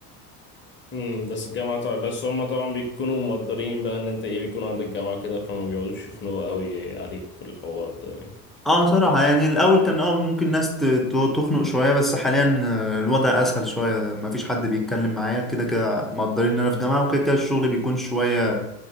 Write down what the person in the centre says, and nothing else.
اه صراحة يعني الأول كان اه ممكن ناس ت- ت- تخنق شوية بس حاليا آه، الوضع أسهل شوية مفيش حد بيتكلم معايا كده كده مقدرين إن أنا في جامعة وكده كده الشغل بيكون شوية